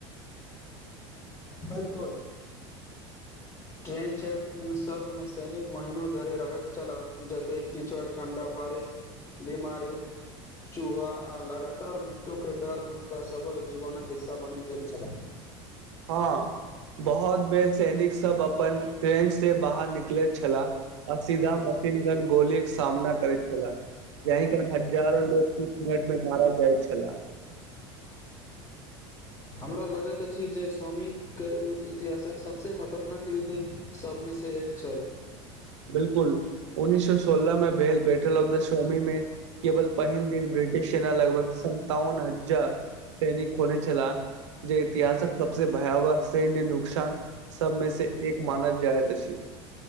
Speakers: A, on the left; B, on the right.
A: बिलकुल ट्रेन छै सब में सैनिक महनो धरि रहैत छलाह जते कीचड़ ठंडा बारिश बिमारी चूहा आ लगातार मृत्युके डर हुनका सबक जीवनक हिस्सा बनि गेल छह
B: हँ बहुत बेर सैनिक सब अपन फ्रेंच से बाहर निकलैत छलाह आ सीधा मशीनगन गोलीके सामना करैत छलाह जाहि कारण हजारो लोग किच मिनट में मारा जाइत छल
A: हमरा लगैत अछि जे स्वामी के युद्ध इतिहासक सबस खतरनाक युद्ध सब में से एक छल
B: बिलकुल उन्ननीस सए सोलह मे भेल बैटल ऑफ द सोमी में केवल पहिन दिन ब्रिटिश सेना लगभग सन्तावन हजार सैनिक खोने छला जे इतिहासक सबस भयावह सन्य नुकसान सब में से एक मानल जायत छी